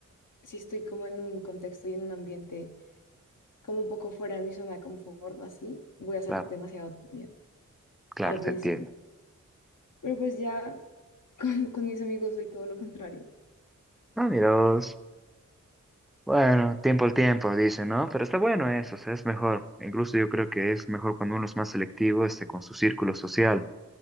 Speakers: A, on the left; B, in the centre.
A: si estoy como en un contexto y en un ambiente como un poco fuera de mi zona de confort o así, voy a ser
B: Claro,
A: demasiado tímida.
B: claro,
A: al
B: te
A: principio.
B: entiendo.
A: Pero pues ya <laughs> con, con mis amigos soy todo lo contrario.
B: Ah, mira, Bueno, tiempo al tiempo, dicen, ¿no? Pero está bueno eso, o sea, es mejor. Incluso yo creo que es mejor cuando uno es más selectivo, este, con su círculo social,